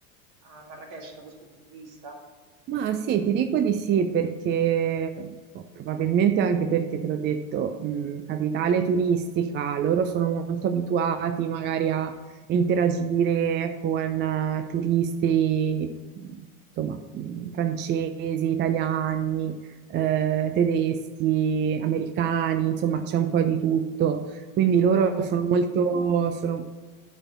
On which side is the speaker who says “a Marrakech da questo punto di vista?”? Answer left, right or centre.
Right